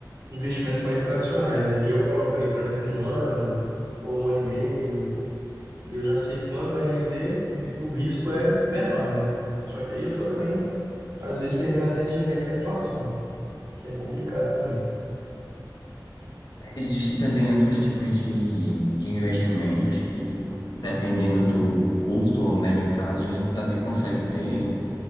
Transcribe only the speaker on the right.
investimentos mais tradicionais, né? Que aí eu coloco ali para daqui a um ano ou um ano e meio, e eu já sei quando vai render e o risco é menor, né? Só que aí eu tô também, às vezes, perdendo até dinheiro aí para inflação, que é complicado também.